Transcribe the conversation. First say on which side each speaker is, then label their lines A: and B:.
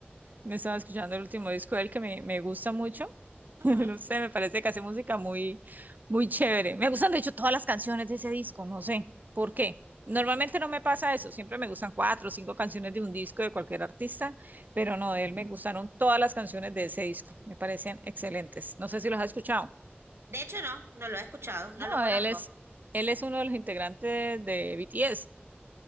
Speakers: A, on the right (about 45°); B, on the right (about 90°).
A: Me estaba escuchando el último disco de él que me, me gusta mucho.
B: ujú.
A: <laughs> No sé, me parece que hace música muy, muy chévere. Me gustan, de hecho, todas las canciones de ese disco, no sé por qué. Normalmente no me pasa eso, siempre me gustan cuatro o cinco canciones de un disco de cualquier artista, pero no, de él me gustaron todas las canciones de ese disco, me parecen excelentes. No sé si los has escuchado.
B: De hecho no, no lo he escuchado,
A: No,
B: no lo conozco.
A: él es, él es uno de los integrantes de BTS.